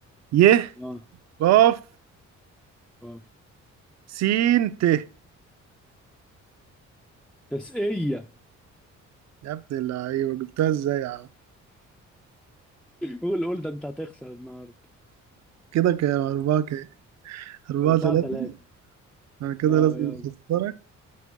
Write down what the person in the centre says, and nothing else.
اه
اه
تسقية <laughs>
قول قول ده أنت هتخسر النهاردة
أربعة
تلاتة
اه
يلا